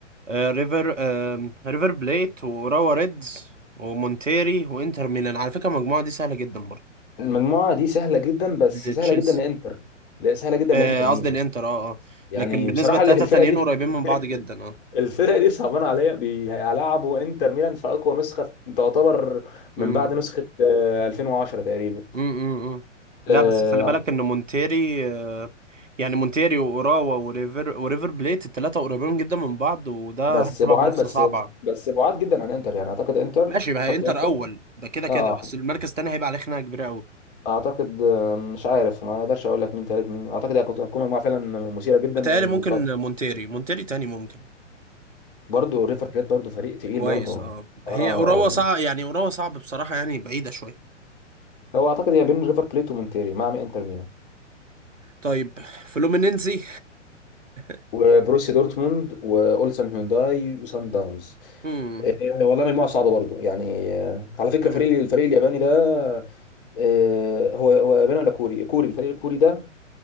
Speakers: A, on the right; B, on the left.
A: آه ريفر آه ريفر بليت وراوا ريدز ومونتيري وانتر ميلان على فكرة المجموعة دي سهلة جدا برضه
B: المجموعه دي سهله جدا بس
A: لتشيلسي
B: سهله جدا لانتر لا سهله جدا
A: آه،
B: لانتر ميلان
A: قصدي الانتر اه اه
B: يعني
A: لكن بالنسبة
B: بصراحه
A: للتلاتة
B: اللي الفرقه
A: التانيين
B: دي
A: قريبين من بعض
B: <laughs>
A: جدا اه
B: الفرق دي صعبانه عليا بيلعبوا انتر ميلان في اقوى نسخه تعتبر من
A: مم.
B: بعد نسخه آه، 2010 تقريبا
A: مم. مم. لا
B: آه،
A: بس خلي بالك ان مونتيري آه، يعني مونتيري واوراوا وريفر وريفر بليت الثلاثه قريبين جدا من بعض وده
B: بس
A: هتبقى
B: بعاد
A: منافسه
B: بس
A: صعبه
B: بس بعاد جدا عن انتر يعني اعتقد انتر
A: ماشي ما
B: حط
A: هي انتر
B: انتر
A: اول ده كده
B: اه
A: كده بس المركز الثاني هيبقى عليه خناقه كبيره قوي
B: اعتقد آه، مش عارف ما اقدرش اقول لك مين تالت مين اعتقد هي كانت هتكون مجموعه فعلا مثيره جدا
A: بتهيألي
B: وطب
A: ممكن مونتيري مونتيري تاني ممكن
B: برضه ريفر بليت برضه فريق تقيل
A: كويس
B: برضه
A: اه
B: اه
A: هي اوراوا
B: هو
A: صعب يعني اوراوا صعب بصراحه يعني بعيده شويه
B: هو اعتقد هي بين ريفر بليت ومونتيري مع انتر ميلان
A: طيب فلومينينزي <laughs>
B: وبروسيا دورتموند واولسن هيونداي وسان داونز
A: مم.
B: والله مجموعه صعبه برضو يعني آه، على فكره
A: مم.
B: فريق الفريق الياباني ده آه، هو هو ياباني ولا كوري كوري الفريق الكوري ده